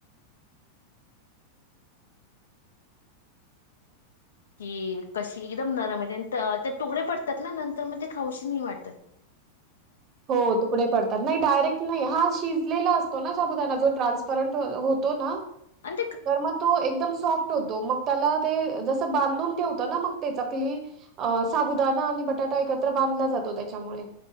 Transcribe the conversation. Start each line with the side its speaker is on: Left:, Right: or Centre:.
Left: कि कशी एकदम नरम आहेेत त्या तुकडे पडतात ना नंत तर मग ते खाऊशी नाही वाटते
Right: हो तुकडे पडतात नाही डायरेक्ट नाही हा शिजलेला अस तो ना साबुदाणा जो ट्रान्सपरंट होतो ना
Left: आणि ते
Right: तर मग तो एकदम सॉफ्ट होतो मग त्याला ते जस बांधून ठेवत ना मग ते चकली अ साबुदाणा आणि बटाटा एकत्र बांधला जातो त्याच्यामुळे